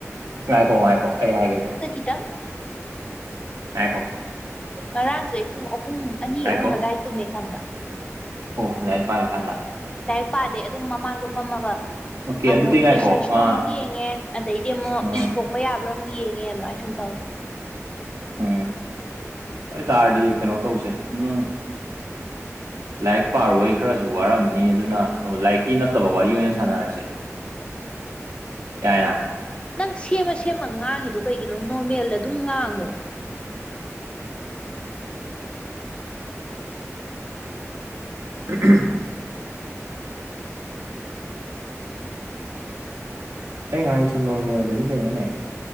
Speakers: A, on the right; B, on the left.
A: ꯉꯥꯏꯈꯣ ꯉꯥꯏꯈꯣ ꯑꯩ ꯍꯥꯏꯒꯦꯁꯦ
B: ꯍꯈꯤꯗꯪ
A: ꯍꯥꯏ ꯀꯣ
B: ꯉꯔꯥꯡꯁꯦ ꯑꯩ ꯄꯨꯡ ꯑꯍꯨꯝ ꯑꯅꯤ
A: ꯉꯥꯏꯈꯣ
B: ꯑꯍꯨꯝ ꯑꯗꯨꯋꯥꯏ ꯇꯨꯝꯃꯦ ꯈꯪꯕ꯭ꯔꯥ
A: ꯑꯣ ꯍꯣꯏ ꯂꯥꯏ ꯄꯥꯏꯀꯥꯟꯗ
B: ꯗꯥꯏꯔꯤꯛ ꯄꯥꯗꯦ ꯑꯗꯨꯝ ꯃꯃꯥꯡꯗꯣ ꯐꯝꯃꯒ
A: ꯑꯣꯀꯦ
B: ꯑꯃꯨꯛ
A: ꯑꯗꯨꯗꯤ ꯉꯥꯏꯈꯣ
B: ꯔꯤꯁꯔꯁꯇꯣ
A: ꯑ
B: ꯑꯃꯨꯛ ꯌꯦꯡꯉꯦ ꯑꯗꯩꯗꯤ ꯑꯃꯨꯛ
A: ꯎꯝ
B: ꯏ ꯊꯣꯛꯄ ꯌꯥꯕ꯭ꯔꯥ ꯌꯦꯡꯉꯦ ꯑꯗꯨꯃꯥꯏꯅ ꯁꯨꯝ ꯇꯧꯋꯤ <inaudible>
A: ꯎꯝ ꯑꯗꯨ ꯑꯣꯏꯇꯥꯔꯗꯤ ꯀꯩꯅꯣ ꯇꯧꯁꯦ ꯅꯪ ꯂꯥꯏꯔꯤꯛ ꯄꯥꯔꯨꯕꯩ ꯈꯔꯁꯨ ꯋꯥꯔꯝꯃꯤ ꯅꯤ ꯑꯗꯨꯅ ꯂꯥꯏꯔꯤꯛꯀꯤ ꯅꯠꯇꯕ ꯋꯥꯔꯤ ꯑꯣꯏꯅ ꯁꯥꯟꯅꯔꯁꯦ ꯌꯥꯏꯔ
B: ꯅꯪ ꯁꯦꯝꯃ ꯁꯦꯝꯃ ꯉꯥꯡꯉꯤꯗꯣ ꯀꯩꯒꯤꯅꯣ ꯅꯣꯔꯃꯦꯜꯗ ꯑꯗꯨꯝ ꯉꯥꯡꯉꯣ
A: <inaudible> ꯑꯩ ꯉꯥꯏꯁꯨ ꯅꯣꯔꯃꯦꯜꯗꯅꯤ ꯀꯩꯅꯣꯅꯦ